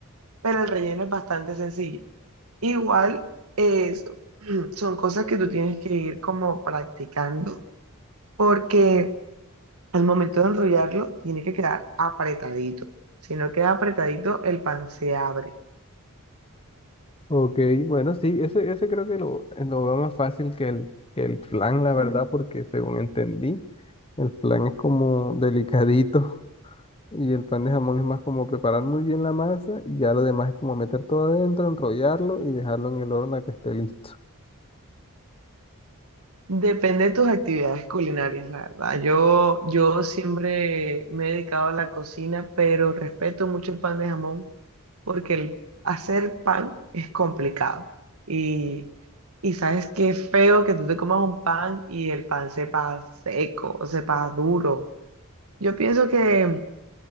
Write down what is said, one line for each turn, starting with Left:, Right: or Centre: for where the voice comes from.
Right: Pero el relleno es bastante sencillo. Igual es, <clears throat> son cosas que tú tienes que ir como practicando porque al momento de enrollarlo tiene que quedar apretadito. Si no queda apretadito, el pan se abre.
Left: Ok, bueno, sí, ese, ese creo que lo, lo veo más fácil que el, que el flan, la verdad, porque según entendí, el flan es como delicadito <laughs> y el pan de jamón es más como preparar muy bien la masa y ya lo demás es como meter todo adentro, enrollarlo y dejarlo en el horno a que esté listo.
Right: Depende de tus actividades culinarias, la verdad. Yo, yo siempre me he dedicado a la cocina, pero respeto mucho el pan de jamón porque el hacer pan es complicado. Y, y sabes qué feo que tú te comas un pan y el pan sepa seco o sepa duro. Yo pienso que